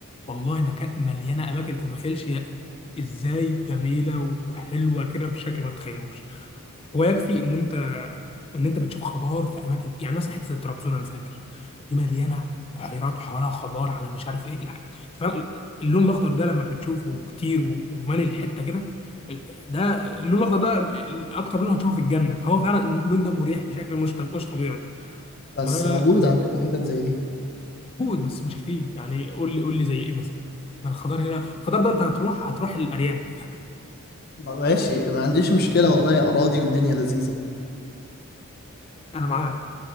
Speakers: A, on the left; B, on the left.
A: والله مكان مليانه اماكن انت ما تتخيلش هي ازاي جميله و- وحلوه كده بشكل ما تتخيلوش هو يكفي ان انت ان انت بتشوف خضار في اماكن يعني مثلا حته زي طرابزون انا فاكر دي مليانه بحيرات وحوالها خضار على مش عارف ايه الح- فعلا اللون الاخضر ده لما بتشوفه كتير و- ومالي الحته كده ال- ده اللون الاخضر ده ال- ال- اكتر لون هتشوفه في الجنه فهو فعلا اللون ده مريح بشكل مش طب- مش طبيعي
B: بس
A: فموجود
B: موجود عندنا حتت زي دي
A: بس مش كتير يعني قول لي قول لي زي ايه مثلا أنا الخضار هنا الخضار ده انت هتروح هتروح الارياف
B: ما- ماشي ما عنديش مشكلة والله أراضي والدنيا لذيذة
A: انا معاك